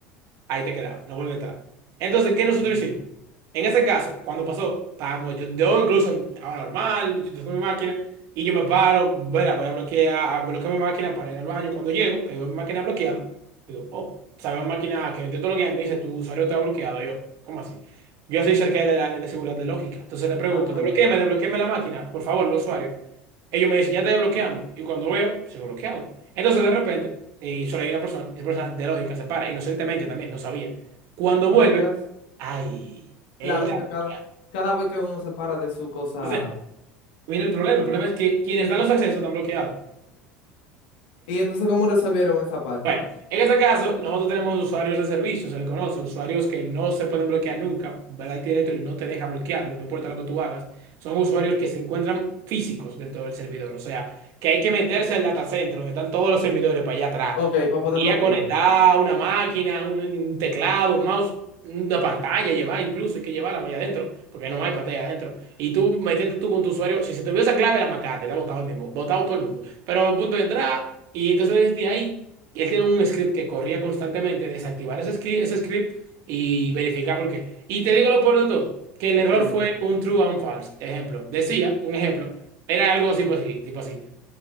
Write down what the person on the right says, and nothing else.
ahí te quedaba, no vuelve a entrar. Entonces,
¿qué nosotros hicimos? En ese caso, cuando pasó, estábamos, yo, yo incluso estaba normal, yo tengo mi máquina, y yo me paro, bueno, voy a bloquear, a bloquear mi máquina para ir al baño. Cuando llego, que veo mi máquina bloqueada, digo, oh, sabes máquina que intento bloquear, me dice, tu usuario está bloqueado. Yo, ¿cómo así? Yo soy cerca del área de seguridad de lógica. Entonces le pregunto,
desbloquéame, desbloquéame la máquina, por favor, el usuario. Ellos me dicen, ya te desbloqueamos. Y cuando veo, pues, sigo bloqueado. Entonces de repente, y solo hay una persona, y esa persona de lógica se para, inocentemente también, no sabía. Cuando
vuelve, Ay, él
da
bloqueado.
Entonces, mira el problema. El problema es que quienes dan los accesos están bloqueados.
Bueno, en este caso, nosotros tenemos usuarios de servicio, se le conoce, usuarios que no se pueden bloquear nunca. Black Directory no te deja bloquearlos, no importa lo que tú hagas. Son usuarios que se encuentran físicos dentro del servidor. O sea, que hay que meterse al data center donde están todos los servidores para allá atrás.
Y
a conectar una máquina, un, un teclado, un mouse, una pantalla, llevar incluso, hay que llevarla para allá adentro, porque no hay pantalla adentro. Y tú metiste tú con tu usuario, si se te olvidó esa clave, la macate, la botaba el mismo, botado todo el mundo. Pero a punto de entrada, y entonces desde ahí, él tiene un script que corría constantemente, desactivar ese script, ese script y verificar por qué. Y te digo lo por de todo, que el
error fue un true and false. Ejemplo, decía, un ejemplo, era algo tipo así, tipo así